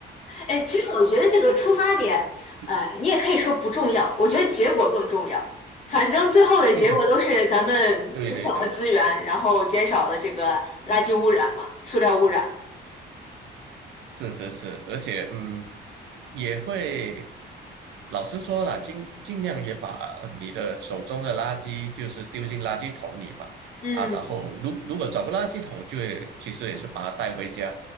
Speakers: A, on the left (about 40°); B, on the right (about 85°).
A: 哎，其实我觉得这个出发点，
B: <laughs>
A: 呃，你也可以说不重要，我觉得结果更重要。反正最后的结果都是咱们节省了资源，
B: 嗯，对对对。
A: 然后减少了这个垃圾污染嘛，塑料污染嘛。
B: 是是是，而且嗯，也会，老实说了，尽尽量也把你的手中的垃圾就是丢进垃圾桶里嘛，
A: 嗯，
B: 啊，然后如如果找不到垃圾桶，就会其实也是把它带回家，